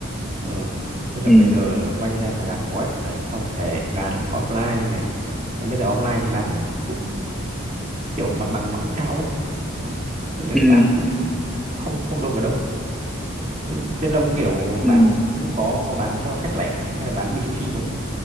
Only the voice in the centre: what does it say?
ừ
ừ
ừ.